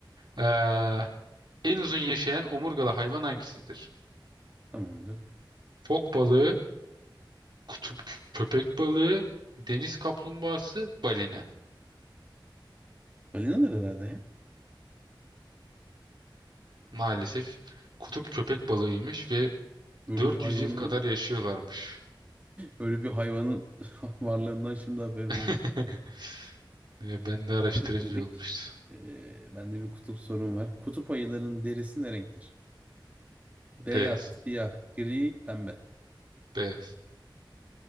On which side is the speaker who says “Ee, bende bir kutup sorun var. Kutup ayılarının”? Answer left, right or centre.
Right